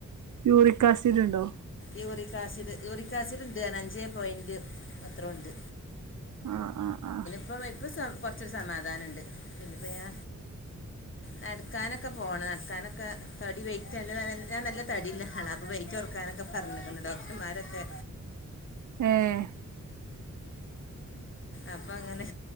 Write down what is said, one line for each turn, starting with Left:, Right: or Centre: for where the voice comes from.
Right: യൂറിക്കാസിഡുണ്ടോ
Left: യൂറിക്കാസിഡ് യൂറിക്കാസിഡ് ഉണ്ട് പറഞ്ഞ് അഞ്ചേ പോയിന്റ് എത്രെയോണ്ട്
Right: ആഹ് ആഹ് ആഹ്
Left: അപ്പം ഇപ്പൊ കൊറച്ച് സമാധാനുണ്ട് പിന്നെപ്പ ഞാ നടക്കാനൊക്കെ പോണം നടക്കാനൊക്കെ തടി വെയിറ്റല്ല ഞാൻ നല്ല തടിയുള്ള ആളാ അപ്പൊ വെയിറ്റ് കൊറക്കാനൊക്കെ പറഞ്ഞിക്കണ് ഡോക്ടർമാരൊക്കെ
Right: ഏഹ്
Left: അപ്പൊ അങ്ങനെ